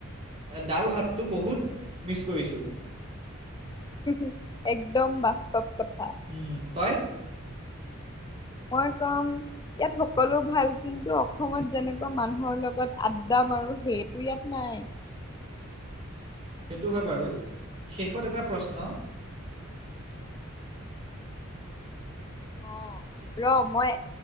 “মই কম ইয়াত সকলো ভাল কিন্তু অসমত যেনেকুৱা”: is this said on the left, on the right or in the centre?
Left